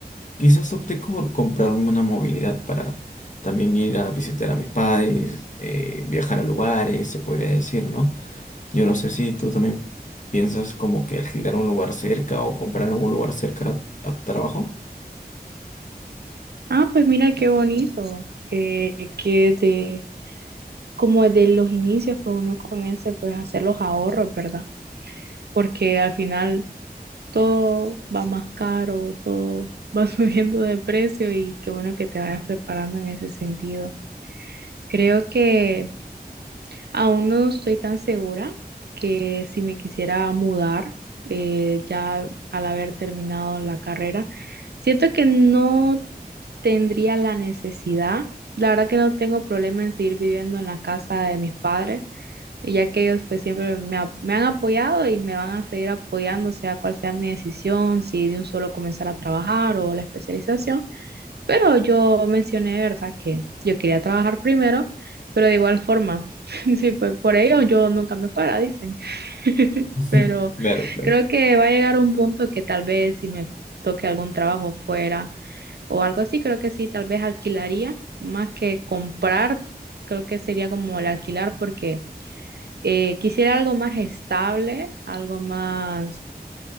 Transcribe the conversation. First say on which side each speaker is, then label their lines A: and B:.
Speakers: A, on the left; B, on the right.
A: quizás opté por comprarme una movilidad para también ir a visitar a mis padres, eh, viajar a lugares, se podría decir, ¿no? Yo no sé si tú también piensas como que alquilar un lugar cerca o comprar algún lugar cerca a tu trabajo.
B: Ah, pues mira qué bonito, eh, que de, como de los inicios, pues uno comience pues a hacer los ahorros, ¿verdad? Porque al final todo va más caro, todo va <laughs> subiendo de precio y qué bueno que te vayas preparando en ese sentido. Creo que aún no estoy tan segura que si me quisiera mudar eh, ya al haber terminado la carrera, siento que no tendría la necesidad. La verdad que no tengo problema en seguir viviendo en la casa de mis padres ya que ellos pues siempre me, ha- me han apoyado y me van a seguir apoyando, sea cual sea mi decisión, si de un solo comenzar a trabajar o la especialización. Pero yo mencioné, ¿verdad?, que yo quería trabajar primero, pero de igual forma, <laughs> sí, pues por ello yo nunca me fuera, dicen. <laughs>
A: <laughs>
B: Pero
A: Claro, claro.
B: creo que va a llegar un punto que tal vez si me toque algún trabajo fuera o algo así, creo que sí, tal vez alquilaría más que comprar, creo que sería como el alquilar porque... Eh, quisiera algo más estable, algo más,